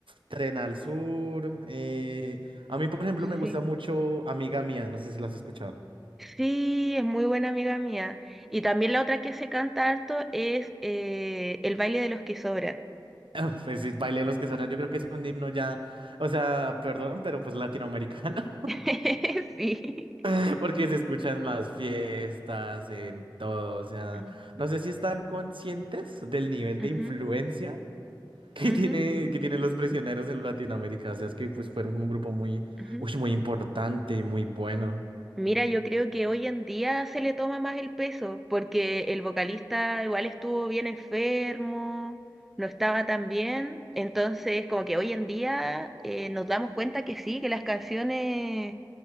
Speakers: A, on the right; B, in the centre.
A: tren al sur. eh, A mí, por ejemplo, me gusta
B: sí.
A: mucho Amiga Mía, no sé si lo has escuchado. <laughs>
B: Sí, es muy buena amiga mía. Y también la otra que se canta harto es eh, El baile de los que sobran.
A: Ah, Pues sí, bailé los que suenan, yo creo que es un himno ya, o sea, perdón, pero pues latinoamericano,
B: <laughs> Sí.
A: <laughs> porque se escucha en las fiestas, en todo, o sea,
B: Mm,
A: no sé si están conscientes del nivel
B: ujú,
A: de influencia que
B: ujú,
A: tiene, que tienen los prisioneros en Latinoamérica. O sea, es que pues fueron un grupo muy,
B: ujú.
A: uy, muy importante y muy bueno.
B: Mira, yo creo que hoy en día se le toma más el peso porque el vocalista igual estuvo bien enfermo, no estaba tan bien. Entonces, como que hoy en día eh, nos damos cuenta que sí, que las canciones